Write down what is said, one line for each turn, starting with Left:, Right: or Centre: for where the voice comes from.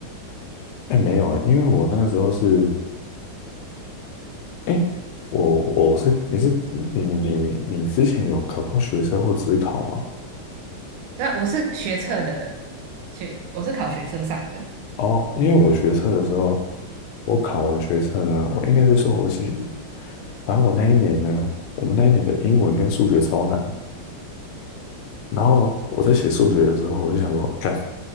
Left: 哎，没有哎，因为我那个时候是哎，我我是你是你你你之前有考过学测或自考吗？
Right: 那我是学测的，学我是考学测上的，
Left: 哦，因为我学测的时候，我考完学测呢，我应该是说我是，反正我那一年呢，我们那一年的英文跟数学超难。然后我在写数学的时候，我就想说，干，